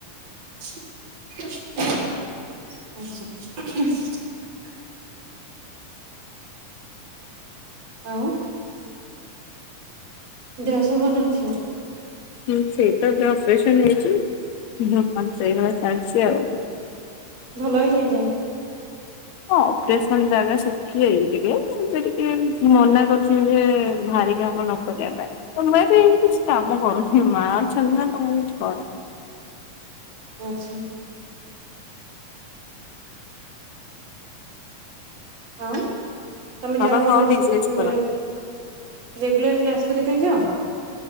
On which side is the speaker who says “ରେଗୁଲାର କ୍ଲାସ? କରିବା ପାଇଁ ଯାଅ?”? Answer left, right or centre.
Right